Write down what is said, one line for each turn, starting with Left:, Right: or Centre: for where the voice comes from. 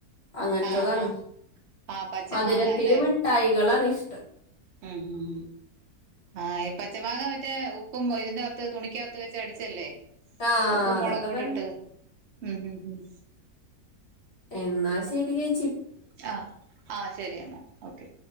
Left: അങ്ങൻത്തതാണ്.
Right: ആഹ് ആഹ് ആഹ് പച്ചമാങ്ങ
Left: മധുരത്തില്
Right: അല്ലേ
Left: മിഠായികളാണ് ഇഷ്
Right: ഉം ഉം ആയ് പച്ചമാങ്ങ മറ്റേ ഉപ്പും മൊയ്ൻ്റകത്ത് തുണിക്കാത്ത് വച്ച് അടിച്ചല്ലേ
Left: ആ
Right: ഉപ്പും
Left: അതൊക്കെ
Right: മുളക് പൊടി
Left: തന്നെ.
Right: ഇട്ട് ഉം ഉം ഉം
Left: എന്നാ ശെരി <unintelligible>
Right: ആ ആ ശെരിയെന്നാ. ഓക്കെ